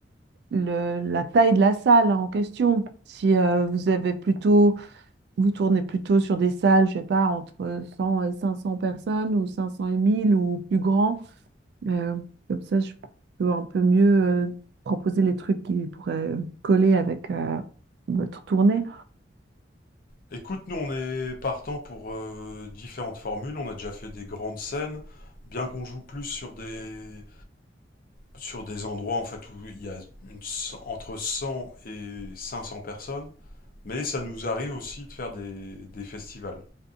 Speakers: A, on the right (about 65°); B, on the left (about 50°).
A: le- la taille de la salle en question. Si euh, vous avez plutôt vous tournez plutôt sur des salles, je sais pas, entre 100 et 500 personnes ou 500 et 1000 ou plus grand. Euh, comme ça, je peux un peu mieux euh, proposer les trucs qui pourraient coller avec euh, votre tournée.
B: Écoute, nous, on est partant pour euh, différentes formules. On a déjà fait des grandes scènes, bien qu'on joue plus sur des sur des endroits en fait où il y a une- entre 100 et 500 personnes, mais ça nous arrive aussi de faire des, des festivals.